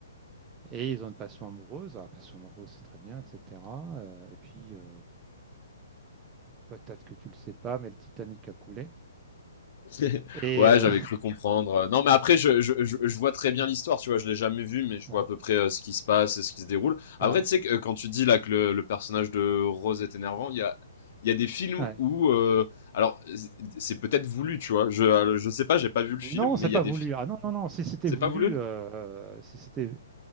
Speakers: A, on the right; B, on the left.
A: Et ils ont une passion amoureuse. Ah, passion amoureuse, c'est très bien, etc. Euh, et puis, euh, peut-être que tu le sais pas, mais le Titanic a coulé.
B: <laughs>
A: Et
B: Ouais,
A: euh,
B: j'avais cru comprendre. Non, mais après, je, je, je, je vois très bien
A: <laughs>
B: l'histoire, tu vois. Je l'ai jamais vu, mais je
A: ouais,
B: vois à peu près euh, ce qui se passe et ce qui se déroule. Après,
A: voilà.
B: tu sais, que, euh, quand tu dis là que le, le personnage de Rose est énervant, il y a, il y a des films
A: Ouais.
B: où, euh, alors, c'est c'est peut-être voulu, tu vois. Je, je sais pas, j'ai pas vu le film,
A: Non, c'est
B: mais il
A: pas
B: y a des
A: voulu.
B: films.
A: Ah non, non, non. Si c'était
B: C'est
A: voulu,
B: pas voulu?
A: euh, euh, si c'était.